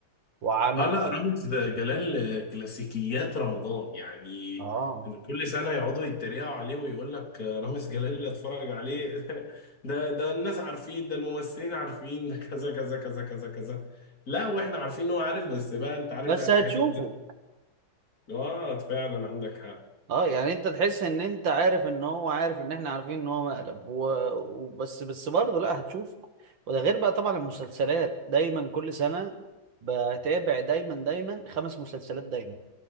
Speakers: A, on the right; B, on the left.
A: وعمل
B: اه لا رامز جلال كلاسيكيات رمضان يعني
A: اه
B: كل سنة يقعدوا يتريقوا عليه ويقول لك رامز جلال اللي اتفرج عليه <laughs> ده ده الناس عارفين ده الممثلين عارفين ده كذا كذا كذا كذا كذا لا واحنا عارفين ان هو عارف بس بقى انت عارف
A: بس
B: بقى الحاجات
A: هتشوفه
B: الكلاسيكية اه فعلا عندك حق
A: اه يعني انت تحس ان انت عارف ان هو عارف ان احنا عارفين ان هو مقلب و... وبس بس برضه لا هتشوف وده غير بقى طبعا المسلسلات دايما كل سنة بتابع دايما دايما خمس مسلسلات دايما